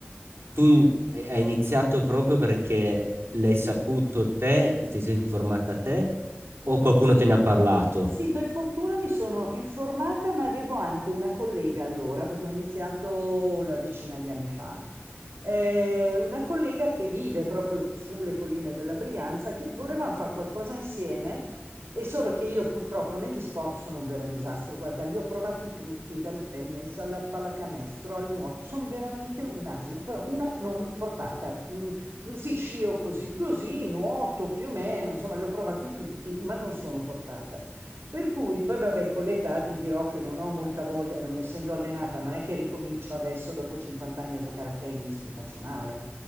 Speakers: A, on the right; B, on the right.
A: tu hai hai iniziato proprio perché l'hai saputo te, ti sei informata te, o qualcuno te ne ha parlato?
B: Sì, per fortuna mi sono informata, ma avevo anche una collega allora, perché ho iniziato una decina di anni fa, eh, una collega che vive proprio sulle colline della Brianza, che volevano fare qualcosa insieme, e solo che io purtroppo negli sport sono un vero disastro. Guarda, li ho provati tutti, dal tennis alla pallacanestro al nuoto, sono veramente un'asia, però una non portata. Mm, sì, scio così così, nuoto più o meno, insomma, li ho provati tutti, ma non sono portata. Per cui poi vabbè, con l'età ti dirò che non ho molta voglia, non essendo allenata, non è che ricomincio adesso dopo 50 anni a giocare a tennis, mi faccio male.